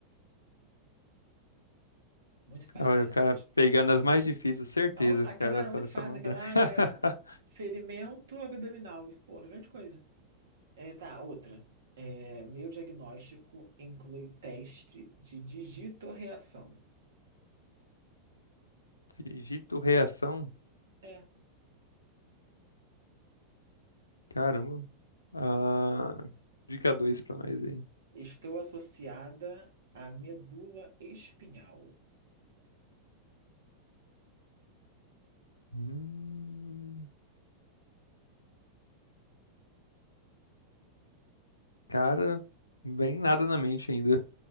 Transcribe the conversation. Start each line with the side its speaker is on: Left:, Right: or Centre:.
Right: Muito fácil
Left: Olha, o
Right: essa.
Left: cara
Right: tipo.
Left: pegando as mais difíceis, certeza.
Right: Não, aquela
Left: O cara
Right: era
Left: tá
Right: muito
Left: nessa
Right: fácil,
Left: moda.
Right: aquela
Left: <laughs>
Right: ah, é ferimento abdominal, porra, grande coisa. É, tá, outra. É, meu diagnóstico inclui teste de digitorreação.
Left: Digito reação.
Right: É,
Left: Caramba. Ah, dica 2 pra nós aí.
Right: estou associada à medula espinhal.
Left: Hum, cara, bem nada na mente ainda.